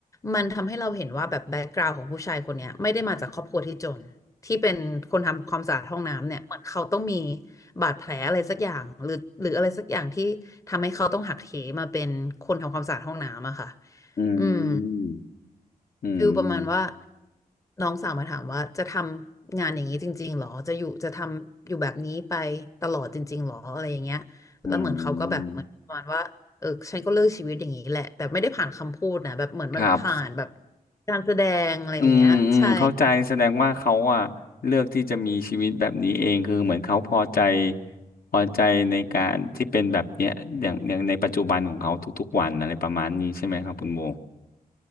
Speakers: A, on the left; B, on the left.
A: มันทำให้เราเห็นว่าแบบแบ็กกราวด์ของผู้ชายคนเนี้ยไม่ได้มาจากครอบครัวที่จนที่เป็นคนทำความสะอาดห้องน้ำเนี่ยเหมือนเขาต้องมีบาดแผลอะไรสักอย่างหรือหรืออะไรสักอย่างที่ทำให้เขาต้องหักเหมาเป็นคนทำความสะอาดห้องน้ำอะค่ะ
B: อื
A: อืม
B: มอืม
A: ฟิลประมาณว่าน้องสาวมาถามว่าจะทำงานอย่างนี้จริงๆหรอจะอยู่จะทำอยู่แบบนี้ไปตลอดจริงๆหรออะไรอย่างเงี้ย
B: อื
A: แล้วเหมือนเขาก็แบบเหมือนประมาณว่าเออฉันก็เลือกชีวิตอย่างนี้แหละแต่ไม่ได้ผ่านคำพูดนะแบบเหมือนมันผ่านแบบ
B: มครับ
A: การแสดงอะไรอย่างเงี้ยใช่
B: อืมอืมเข้าใจแสดงว่าเขาอะเลือกที่จะมีชีวิตแบบนี้เองคือเหมือนเขาพอใจพอใจในการที่เป็นแบบเนี้ยอย่างอย่างในปัจจุบันของเขาทุกๆวันอะไรประมาณนี้ใช่ไหมครับคุณโบ